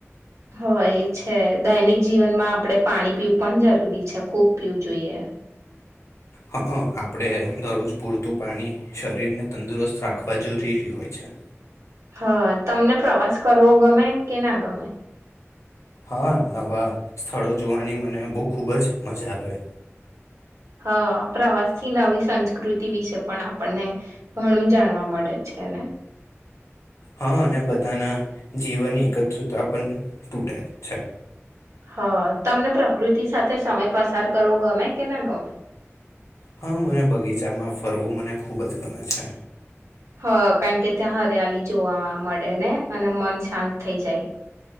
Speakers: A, on the right (about 80°); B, on the left (about 85°).
A: હોય એ છે દૈનિક જીવનમાં આપણે પાણી પીવું પણ જરૂરી છે ખૂબ પીવું જોઈએ
B: હ અ આપણે દરરોજ પૂરતું પાણી શરીરને તંદુરસ્ત રાખવા જરૂરી હોય છે
A: હા તમને પ્રવાસ કરવો ગમે કે ના ગમે
B: હા નવા સ્થળો જોવાની મને બહુ ખૂબ જ મજા આવે
A: હા પ્રવાસથી નવી સંસ્કૃતિ વિશે પણ આપણને ઘણું જાણવા મળે છે ને
B: હા અને બધાના જીવનની એકત્રતા પણ તૂટે છે
A: હા તમને પ્રકૃતિ સાથે સમય પસાર કરવો ગમે કે ના ગમે
B: હા મને બગીચામાં ફરવું મને ખૂબ જ ગમે છે
A: હા કારણ કે ત્યાં હરિયાલી જોવા મળે ને અને મન શાંત થઈ જાય